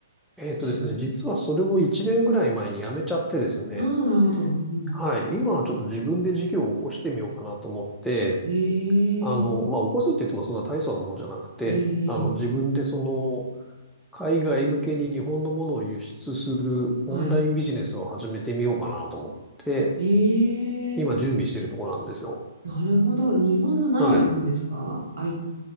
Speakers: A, in the centre; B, on the right.
A: えっとですね、
B: お仕事。
A: 実はそれも1年ぐらい前に辞めちゃってですね、
B: ああ、なるほど。うんう
A: はい。今はちょっと自分で事業を起こしてみようかなと思って、
B: ん、ええ、
A: あの、まあ、起こすって言ってもそんな大層なもんじゃなくて、
B: ええ、
A: あの、自分でその、
B: ええ
A: 海外向けに日本のものを輸出するオンラインビジネスを始めてみようかなと思って、
B: はい。え
A: 今準備しているところなんですよ。
B: なるほど。日本の何を売るんですかアイ
A: はい。